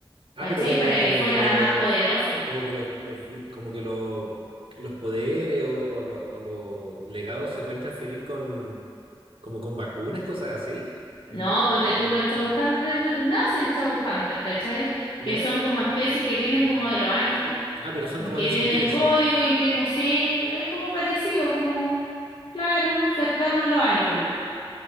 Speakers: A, on the right; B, on the left.
A: Ah,
B: ¿cachai?
A: pero como,
B: Para
A: como
B: que fuera
A: que lo,
B: más poderoso.
A: como que los, los vi- como que lo- los poderes o, o lo- o los legados se pueden transferir con, como con vacunas, cosas así,
B: No, ponte tú los Shadowhunters, nacen Shadowhunters, ¿cachai?
A: ¿ya?
B: Que son como especies que vienen como de los ángeles,
A: Ah, pero son como
B: que
A: descendencia,
B: tienen código y tienen, sí, es como parecido, como, claro, cercano a los ángeles.